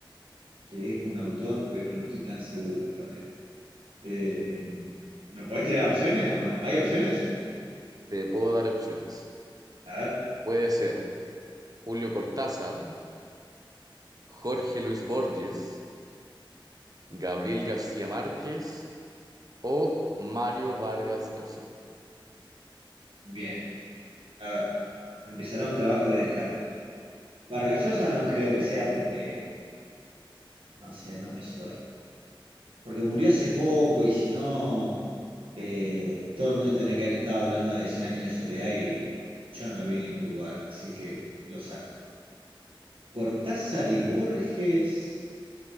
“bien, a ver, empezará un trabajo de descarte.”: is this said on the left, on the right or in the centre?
Right